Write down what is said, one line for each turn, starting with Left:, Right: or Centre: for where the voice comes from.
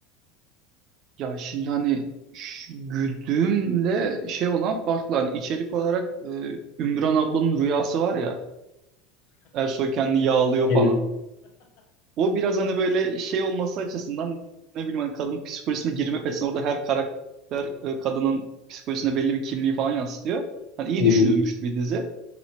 Right: Ya şimdi hani ş- güldüğümle şey olan farklı. Hani içerik olarak e, Ümran ablanın rüyası var ya. Ersoy kendini yağlıyor
Left: Aynen.
Right: falan. O biraz hani böyle şey olması açısından ne bileyim hani kadının psikolojisine girme açısından orada her karakter e, kadının psikolojisine belli bir kimliği falan yansıtıyor. Hani iyi
Left: Hı hı.
Right: düşünülmüş bir dizi.